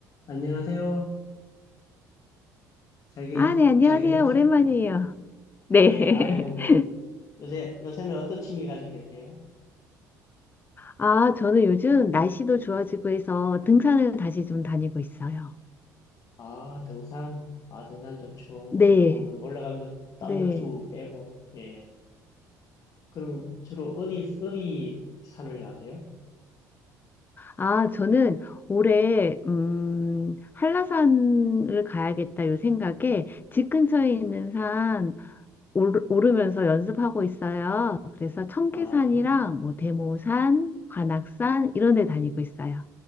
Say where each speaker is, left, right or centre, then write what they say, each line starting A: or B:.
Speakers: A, on the left (about 50°); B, on the left (about 25°).
A: 안녕하세요. 잘 계시,
B: 아, 네, 안녕하세요.
A: 잘 계셨죠?
B: 오랜만이에요.
A: 예.
B: 네.
A: 예, 아이고, 뭐,
B: <laughs>
A: 요새, 요새는 어떤 취미 가지고 계세요?
B: 아, 저는 요즘 날씨도 좋아지고 해서 등산을 다시 좀 다니고 있어요.
A: 아, 등산. 아, 등산 좋죠.
B: 네.
A: 그, 한번 올라가면서 땀도
B: 네.
A: 쭉 빼고, 예. 그럼 주로 어디, 어디 산을 가세요?
B: 아, 저는 올해, 음, 한라산을 가야겠다 요 생각에 집 근처에 있는 산 오르- 오르면서 연습하고 있어요. 그래서 청계산이랑
A: 아,
B: 뭐 대모산, 관악산 이런 데 다니고 있어요.